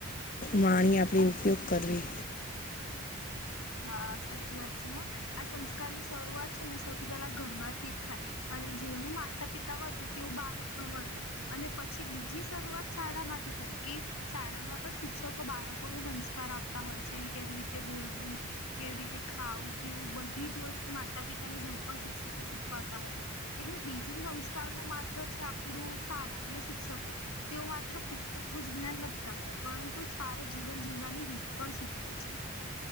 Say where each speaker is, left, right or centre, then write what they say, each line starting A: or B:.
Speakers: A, on the left (about 40°); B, on the left (about 80°).
A: વાણી આપણી ઉપયોગ કરવી
B: હા સાચી વાત છે હા આ સંસ્કાર ની શરૂઆત છે ને સૌથી પહેલા ઘરમાંથી જ થાય. અને જેવું માતા પિતા વર્તી તેવું બાળક પણ વર્ત અને પછી બીજી શરૂઆત શાળામાંથી થાય કે શાળામાં પણ શિક્ષકો બાળકોને સંસ્કાર આપતા હોય છે, કેવી રીતે બોલવુ કેવી રીતે ખાવું પીવું બધી જ વસ્તુ માતા પિતાની જેમ પણ શિક્ષકો શીખવાડતા હોય છે. એટલે બીજું સંસ્કારમાં માત્ર છે, આપણું શાળા અને શિક્ષકો તેઓ માત્ર પુસ્તકનુંું જ જ્ઞાન નથી આપતા પરંતુ સારા જીવન જીવવાની રીત પણ શીખવે છે.